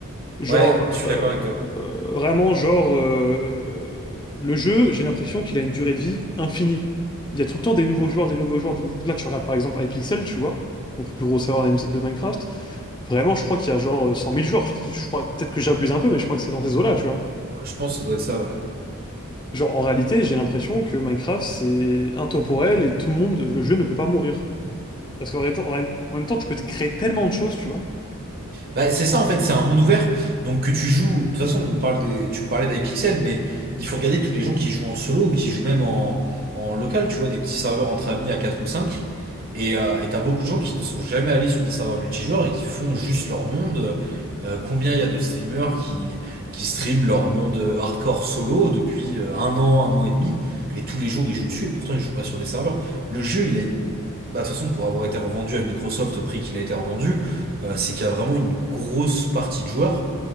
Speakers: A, on the left; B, on the right.
A: Genre,
B: ouais, je suis
A: euh,
B: d'accord avec toi.
A: euh, vraiment, genre, euh, le jeu, j'ai l'impression qu'il a une durée de vie infinie. Il y a tout le temps des nouveaux joueurs, des nouveaux joueurs, des nou- Là, tu regardes par exemple iPixel, tu vois, donc le plus gros serveur de Minecraft. Vraiment, je crois qu'il y a genre euh, 100 000 joueurs. Je je crois, peut-être que j'abuse un peu, mais je crois que c'est dans ces eaux-là, tu vois.
B: Je pense que ça doit être ça, ouais.
A: Genre, en réalité, j'ai l'impression que Minecraft, c'est intemporel et tout le monde, le jeu ne peut pas mourir. Parce qu'en ré- en ré- en même temps, tu peux te créer tellement de choses, tu vois.
B: Bah, c'est ça en fait, c'est un monde ouvert. Donc que tu joues, de toute façon, on parle des, tu me parlais d'iPixel, mais il faut regarder tous les gens qui jouent en solo ou qui jouent même en, en local, tu vois, des petits serveurs entre amis à 4 ou 5. Et euh, et t'as beaucoup de gens qui ne sont jamais allés sur des serveurs multijoueurs et qui font juste leur monde. Euh, combien il y a de streamers qui, qui streament leur monde hardcore solo depuis euh, un an, un an et demi, et tous les jours ils jouent dessus, et pourtant ils jouent pas sur des serveurs. Le jeu, il a une... Bah, de toute façon, pour avoir été revendu à Microsoft au prix qu'il a été revendu, euh, c'est qu'il y a vraiment une grosse partie de joueurs.